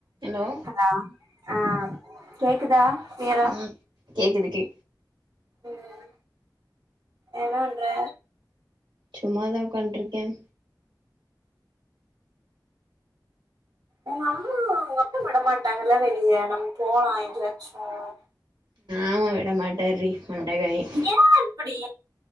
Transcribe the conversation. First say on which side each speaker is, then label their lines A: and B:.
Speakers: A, on the right; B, on the right.
A: Alloy
B: ஆ ஆ கேக்குதா கிளியரா
A: ம் கேக்குது கே
B: ம் என்ன பன்ற
A: சும்மாதான் உக்காண்ட்ருக்கேன்
B: உங்க அம்மா உங்க அப்பா விட மாட்டாங்கல்ல வெளிய நம்ம போலா எங்கயாச்சும்
A: ஆமா விட மாட்டாறி மண்டகாயும்
B: ஏ இப்டி